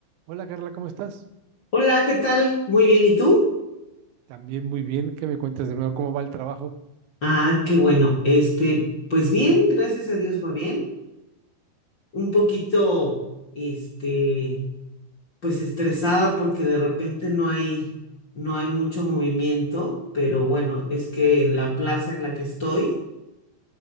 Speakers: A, on the right (about 85°); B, on the left (about 35°).
A: Hola Carla, ¿cómo estás?
B: Hola, ¿qué tal? Muy bien, ¿y tú?
A: También muy bien, ¿qué me cuentas de nuevo? ¿Cómo va el trabajo?
B: Ah, qué bueno. Este, pues bien, gracias a Dios va bien. Un poquito, este, pues estresada porque de repente no hay, no hay mucho movimiento, pero bueno, es que en la plaza en la que estoy,